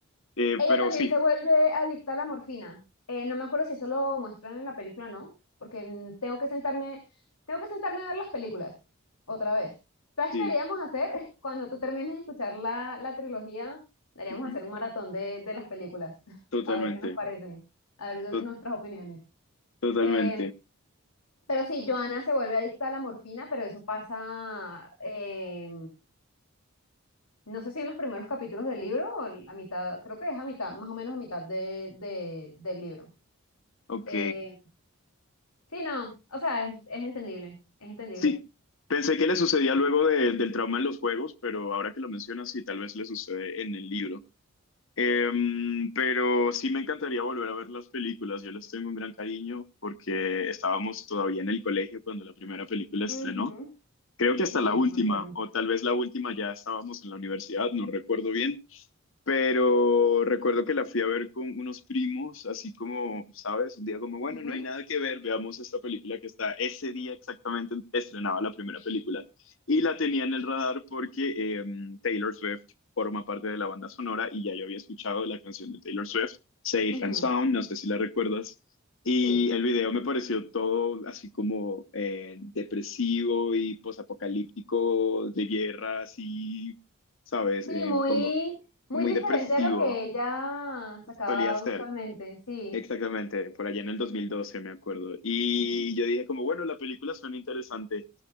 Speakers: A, on the left; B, on the left.
A: Eh,
B: Ella
A: pero
B: también
A: sí,
B: se vuelve adicta a la morfina. Eh, no me acuerdo si eso lo muestran en la película o no, porque mm, tengo que sentarme, tengo que sentarme a ver las películas otra vez. ¿Sabes
A: sí,
B: qué haríamos hacer? <laughs> Cuando tú termines de escuchar la, la trilogía, haríamos
A: ujú,
B: hacer un maratón de, de las películas, <laughs>
A: totalmente,
B: a ver qué nos parecen, a ver
A: to-
B: nuestras opiniones.
A: totalmente.
B: Eh, pero sí, Joana se vuelve adicta a la morfina, pero eso pasa, eh, no sé si en los primeros capítulos del libro o el- a mitad, creo que es a mitad, más o menos a mitad de, de- del libro.
A: Ok.
B: Eh, sí, no, o sea, es, es entendible, es entendible.
A: Sí, pensé que le sucedía luego de- del trauma en los juegos, pero ahora que lo mencionas, sí, tal vez le sucede en el libro. Em, pero sí me encantaría volver a ver las películas. Yo les tengo un gran cariño porque estábamos todavía en el colegio cuando la primera película estrenó.
B: Ujú,
A: Creo que
B: Sí,
A: hasta la última,
B: yo me acuerdo.
A: o tal vez la última ya estábamos en la universidad, no recuerdo bien, pero recuerdo que la fui a ver con unos primos, así como, ¿sabes? Un día como, bueno,
B: Ujú,
A: no hay nada que ver, veamos esta película que está ese día exactamente estrenaba la primera película. Y la tenía en el radar porque eh, Taylor Swift forma parte de la banda sonora y ya yo había escuchado la canción de Taylor Swift, Safe
B: ujú,
A: and Sound, no sé si la recuerdas. Y
B: Sí,
A: el video me pareció todo así como eh, depresivo y posapocalíptico, de guerra, así ¿sabes?
B: sí,
A: Eh,
B: muy,
A: como
B: muy
A: muy
B: diferente
A: depresivo,
B: a lo que ella sacaba
A: solía ser.
B: usualmente, sí.
A: Exactamente, por allá en el 2012 me acuerdo. Y
B: Ujú,
A: yo dije como, bueno, la película suena interesante.